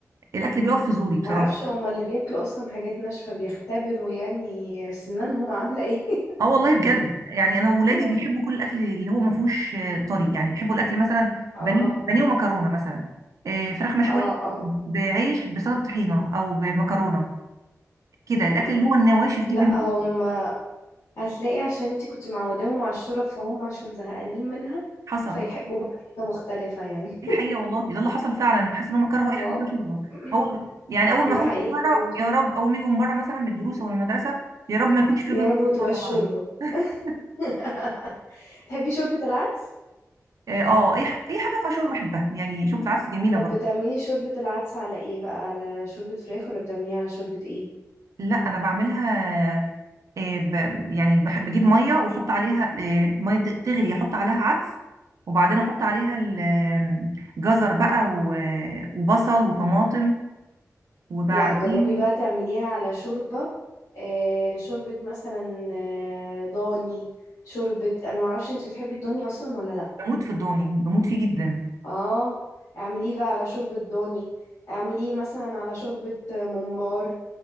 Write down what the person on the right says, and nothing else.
الاكل بيقف في زوري بصراحه
اه والله بجد يعني انا وولادي
بيحبوا كل الاكل اللي هو ما فيهوش آه، طري يعني بيحبوا الاكل مثلا
بانيه بانيه ومكرونه مثلا آه، فراخ مشويه
بعيش بسلطه طحينه او بمكرونه كده الاكل
اللي هو النواشف
دي بيموت
حصل
دي الحقيقه والله ده اللي حصل فعلا حاسه ان هم كرهوا
اي حاجه فيها شوربه
اول يعني اول ما
اخش
بره
يا رب اول ما يجوا من بره مثلا من الدروس او المدرسه يا رب ما يكونش في
رز
النهارده
<laughs>
اه آه، اي ح- اي حاجه فيها شوربه بحبها يعني شوربه العدس جميله
برضه
لا انا بعملها آه، ب- يعني بح- بجيب ميه واحط عليها آه، ميه ت- تغلي احط عليها عدس وبعدين احط عليها ال- جزر بقى و- وبصل وطماطم وبعدين
بموت في الضاني بموت فيه جدا